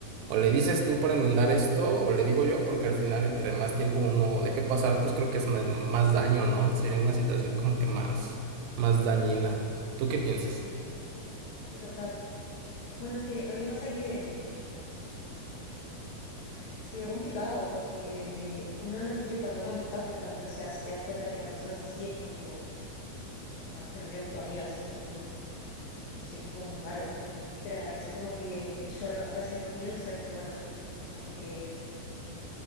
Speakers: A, on the right; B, on the left.
A: O le dices tú para enmendar esto, o le digo yo, porque al final entre más tiempo uno deje pasar, pues creo que es ma- más daño, ¿no? Sería una situación como que más, más dañina. ¿Tú qué piensas?
B: sí, total. Bueno, es que a mí me pasa que mm, sería complicado porque uno no quiere perder la amistad, pero también, o sea, si te das cuenta que la persona es así, es como. Capaz que no quiero ser tu amiga, si es así, ¿no? no sé, es como muy raro, pero a la vez como que yo lo- a veces lo que pienso es que, bueno, como que